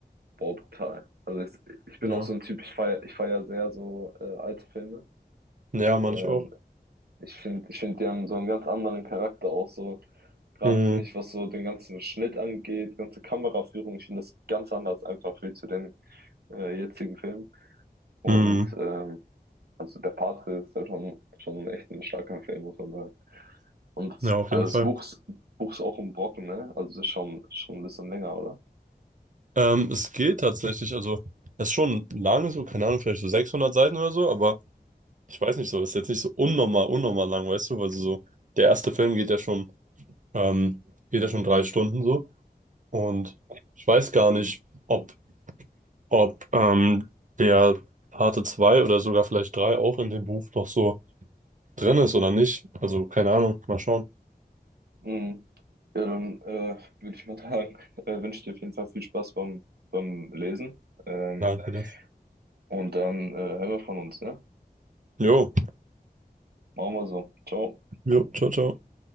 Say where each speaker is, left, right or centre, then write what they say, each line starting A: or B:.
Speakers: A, on the right; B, on the right.
A: Boah, brutal. Also ich, ich bin
B: Ja.
A: auch so ein Typ, ich feier, ich feier sehr so äh, alte Filme.
B: Ja, meine
A: Ähm,
B: ich auch.
A: ich finde, ich finde, die haben so einen ganz anderen Charakter auch so. Gerade
B: Mhm.
A: finde ich, was so den ganzen Schnitt angeht, ganze Kameraführung, ich finde das ganz anders einfach wie zu den äh, jetzigen Filmen. Und
B: Mhm.
A: ähm, also der Pate ist ja schon, schon echt ein starker Film, muss man sagen. Und das,
B: Ja, auf
A: also
B: jeden
A: das
B: Fall.
A: Buch ist, Buch ist auch ein Brocken, ne? Also es ist schon, schon ein bisschen länger, oder?
B: Ähm, es geht tatsächlich, also, es ist schon lange so, keine Ahnung, vielleicht so 600 Seiten oder so, aber ich weiß nicht so, ist jetzt nicht so unnormal, unnormal lang, weißt du, weil so, so, der erste Film geht ja schon, ähm, geht ja schon drei Stunden so und ich weiß gar nicht, ob ob ähm, der Parte 2 oder sogar vielleicht 3 auch in dem Buch noch so drin ist oder nicht. Also keine Ahnung, mal schauen.
A: Mhm. Ja, dann äh, würde ich mal sagen, <laughs> äh, wünsche dir auf jeden Fall viel Spaß beim, beim Lesen. Ähm,
B: Nein, alles.
A: und dann äh, hören wir von uns, ne?
B: Jo,
A: Machen wir so. Ciao.
B: jo, ciao, ciao.